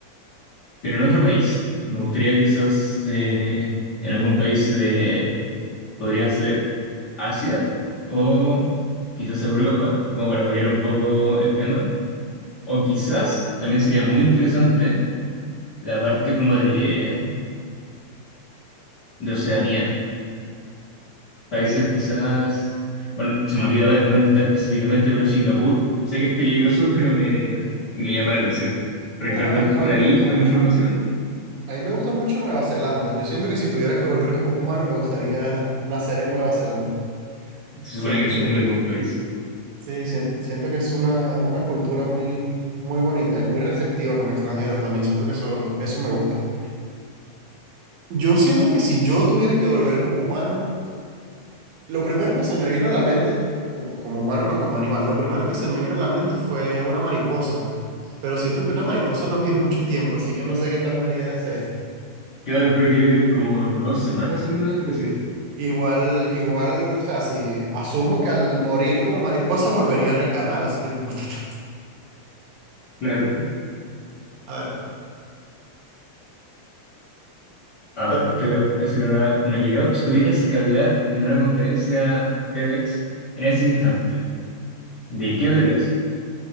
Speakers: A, on the left; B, on the right.
A: pero en otro país. Me gustaría que esos eh, en algún país de, podría ser Asia o quizás Europa, como para variar un poco el tema. O quizás también sería muy interesante la parte como de, de Oceanía. Países
B: Ok,
A: quizás, bueno, se me olvidó ahora en dónde está específicamente, pero Singapur, sé que es peligroso, <laughs> pero me,
B: ok.
A: me llama la atención. Reencarnar
B: A mí,
A: por
B: a mí me
A: ahí
B: gusta
A: con
B: mucho,
A: información,
B: a mí me gusta mucho Nueva Zelanda. Yo siento que si tuvieras que volver como un humano, me gustaría nacer en Nueva Zelanda.
A: se
B: Siento
A: supone que es
B: que,
A: un muy buen país.
B: sí, sien- siento que es una, una cultura muy, muy bonita y muy receptiva con extranjeros también. Siento que eso, eso me gusta. Yo siento que si yo tuviera que volver como humano, lo primero que se me vino a la mente, como, como humano, no como animal, lo primero que se me vino a la mente fue una mariposa. Pero siento que una mariposa no <laughs> vive mucho tiempo, así que no sé qué tan buena idea es.
A: Claro, creo que viven como dos semanas algunas especies.
B: Igual, igual, o sea, si asumo que al morir como mariposa <laughs> volvería a reencarnar, así que no importa. <laughs>
A: Claro,
B: A ver.
A: a
B: ¿qué
A: ver,
B: te-
A: te veo hacer una, una yo. Si tuvieras que hablar en una conferencia TEDx en ese instante, ¿de qué hablarías?